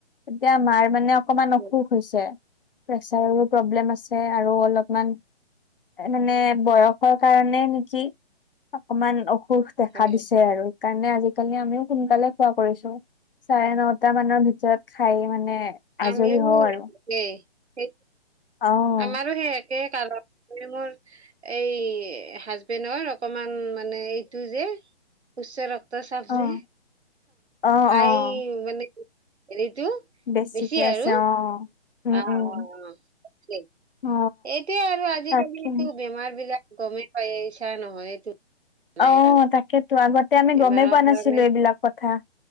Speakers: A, on the left; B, on the right.
A: তেতিয়া মাৰ মানে অকমান
B: হয়
A: অসুখ হৈছে, প্ৰেচাৰৰো প্ৰব্লেম আছে আৰু অলপ মান মানে বয়সৰ কাৰণে নেকি অকমান অস সুষ দেখা
B: হয়
A: দিছে আৰু সেইকাৰণে আজিকালি আমিও সোনকালে খোৱা কৰিছোঁ চাৰে নটা মান ভিতৰত খাই মানে আজৰি
B: আমিও
A: হওঁ আৰু
B: একেই সেই
A: অ',
B: আমাৰো সেই একে কাৰণ। এনে মোৰ এই হাজবেণ্ডৰ অকমান মানে এইটো যে উচ্চ ৰক্ত চাপ
A: অ',
B: যে
A: অ',
B: খাই
A: অ'।
B: মানে টো
A: বেছিকে
B: বেছি আৰু
A: আছে অ উম
B: অ' অ'
A: উম
B: অ'।
A: অ
B: এইটোয়ে আৰু আজিকালি
A: তাকে
B: বেমাৰ বিলাক গমেই পায় আহিছা নহয় এইটো নাই
A: অ'
B: বাৰু
A: তাকেতো আগতে আমি
B: বেমাৰৰ
A: গমেই পোৱা নাছিলোঁ
B: কাৰণে
A: এইবিলাক কথা